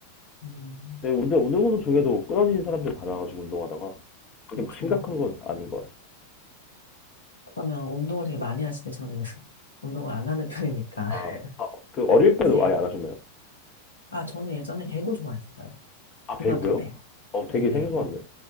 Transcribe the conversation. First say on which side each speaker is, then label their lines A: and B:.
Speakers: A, on the left; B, on the left.
A: 음,
B: 데 운동, 운동선수 중에도 끊어지는 사람들 많아가지고 운동하다가 그게
A: 그렇죠.
B: 막 심각한 건 아닌 것 같아요.
A: 그러면 운동을 되게 많이 하시는데 저는 <laughs> 운동을 안 하는 편이니까.
B: 아,
A: <laughs>
B: 아, 그 어릴
A: 혹시,
B: 때도 아예 안 하셨나요?
A: 아, 저는 예전에 배구 좋아했어요.
B: 아,
A: 고등학교
B: 배구요?
A: 때.
B: 어,
A: 네네.
B: 되게 생소한데.